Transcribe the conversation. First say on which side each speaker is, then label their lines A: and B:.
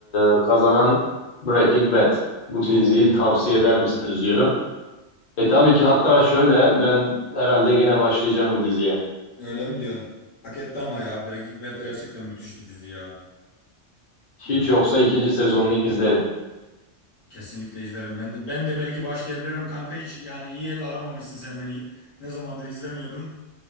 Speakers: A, on the left; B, on the left.
A: e, kazanan Breaking Bad. Bu diziyi
B: Oo.
A: tavsiye eder misiniz diyor. E tabii ki hatta şöyle ben herhalde gene başlayacağım bu diziye.
B: Öyle mi diyorsun? Hak etti ama ya. Breaking Bad
A: E,
B: gerçekten müthiş bir dizi ya. Yani
A: Hiç yoksa
B: gerçekten.
A: ikinci sezonunu izlerim.
B: Kesinlikle izlerim. Ben de ben de belki başlayabilirim kanka hiç yani iyiye de aramamışsın sen beni. Ne zamandır izlemiyordum.